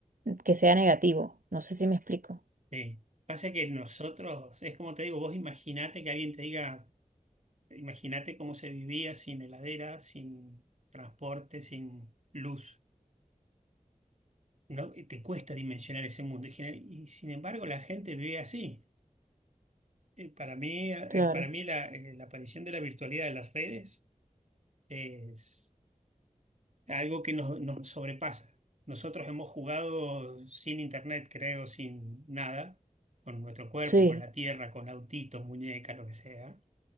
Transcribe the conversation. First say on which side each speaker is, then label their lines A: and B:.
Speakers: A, on the right; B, on the right.
A: que sea negativo. No sé si me explico.
B: sí. Pasa que nosotros, es como te digo, vos imaginate que alguien te diga, imagínate cómo se vivía sin heladera, sin transporte, sin luz. No, y te cuesta dimensionar ese mundo. Y, gener- y sin embargo, la gente vive así. Eh, para mí, ah,
A: Claro.
B: eh, para mí la, eh, la aparición de la virtualidad de las redes es algo que nos, nos sobrepasa. Nosotros hemos jugado sin internet, creo, sin nada, con nuestro cuerpo,
A: Sí,
B: con la tierra, con autitos, muñecas, lo que sea.